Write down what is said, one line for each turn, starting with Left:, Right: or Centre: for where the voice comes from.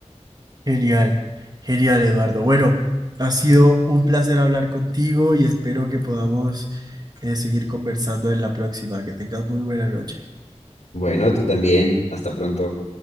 Right: Genial, genial, Eduardo. Bueno, ha sido un placer hablar contigo y espero que podamos eh, seguir conversando en la próxima. Que tengas muy buena noche.
Left: Bueno, tú también. Hasta pronto.